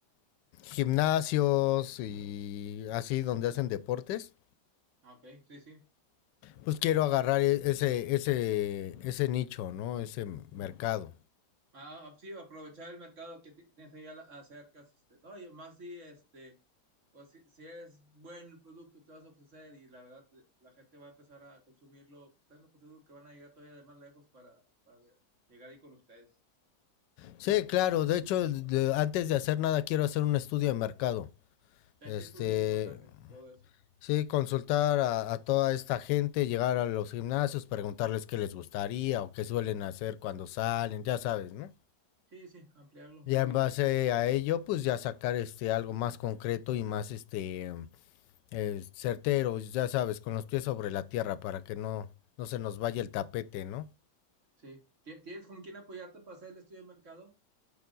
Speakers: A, on the left (about 90°); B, on the right (about 45°).
A: gimnasios y así donde hacen deportes,
B: Ah, ok, sí, sí.
A: pues quiero agarrar e- ese, ese, ese nicho, ¿no? Ese m- mercado.
B: Ah, ah, sí, aprovechar el mercado que ti- tienes ahí a la- acerca. Este, no, y más si, este, pues si, si es buen el producto que vas a ofrecer y la verdad eh, la gente va a empezar a consumirlo, pues tenlo por seguro que van a llegar todavía de más lejos para, para llegar ahí con ustedes.
A: Sí,
B: Que sí,
A: claro, de hecho, de- antes de hacer nada quiero hacer un estudio de mercado.
B: Pero
A: Este,
B: sí, esto es muy importante, todo eso.
A: Sí, consultar a, a toda esta gente, llegar a los gimnasios, preguntarles qué les gustaría o qué suelen hacer cuando salen, ya sabes, ¿no?
B: Sí, sí, ampliarlo,
A: Ya
B: muy
A: en
B: bien.
A: base a ello, pues ya sacar este algo más concreto y más este eh, certero, ya sabes, con los pies sobre la tierra para que no, no se nos vaya el tapete, ¿no?
B: Sí. ¿Ti- ¿Tienes con quién apoyarte para hacer el estudio de mercado?